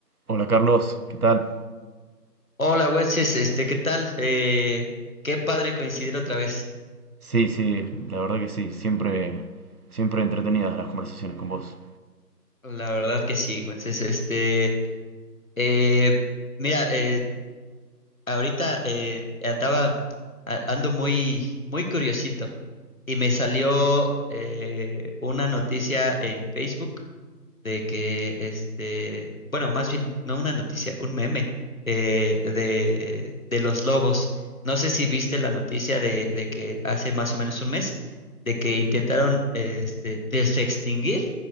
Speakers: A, on the right; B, on the left.
A: Hola Carlos, ¿qué tal?
B: Hola, Wences, este, ¿qué tal? Eh, qué padre coincidir otra vez.
A: Sí, sí, la verdad que sí, siempre, siempre entretenidas las conversaciones con vos.
B: La verdad que sí, Wences, este, eh, mira, eh, ahorita eh, andaba, a- ando muy, muy curiosito y me salió eh, una noticia en Facebook de que, este, bueno, más bien, no una noticia, un meme eh, de, de los lobos. No sé si viste la noticia de, de que hace más o menos un mes, de que intentaron eh, este, desextinguir